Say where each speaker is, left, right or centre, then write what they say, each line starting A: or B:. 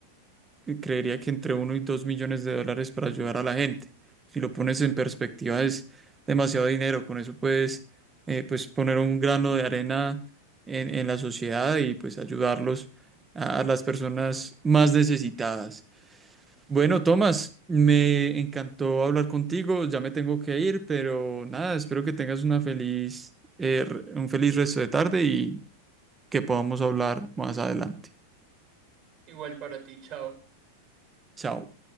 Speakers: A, on the right (about 15°); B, on the right (about 40°).
A: que creería que entre uno y dos millones de dólares para ayudar a la gente. Si lo pones en perspectiva es demasiado dinero, con eso puedes eh, pues poner un grano de arena en, en la sociedad y pues ayudarlos a, a las personas más necesitadas. Bueno, Tomás, me encantó hablar contigo, ya me tengo que ir, pero nada, espero que tengas una feliz, eh, re- un feliz resto de tarde y que podamos hablar más adelante.
B: Igual para ti, chao.
A: Chao.